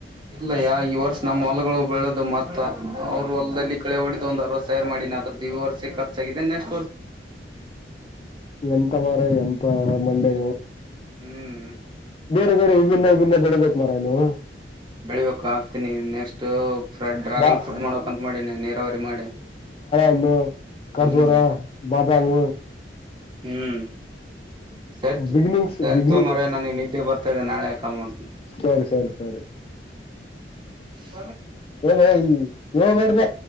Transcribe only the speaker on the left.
ಎಂತ ಮಾರಯ ಎಂತ ಮಂಡೇ ನೀವು
ಬೇರೆ ಬೇರೆ ವಿಭಿನ್ನ ವಿಭಿನ್ನ ಬೆಳಿಬೇಕ್ ಮಾರಯ ನೀವ
ಬಾ
ಇಲ್ ಕಜೂರ,
ಬಾದಾಮ್
ಬಿಗಿನಿಂಗ್ಸ್
ಬಿಗಿನಿಂಗ್
ಸರಿ ಸರಿ ಸರಿ
ಏನ ಯ <unintelligible>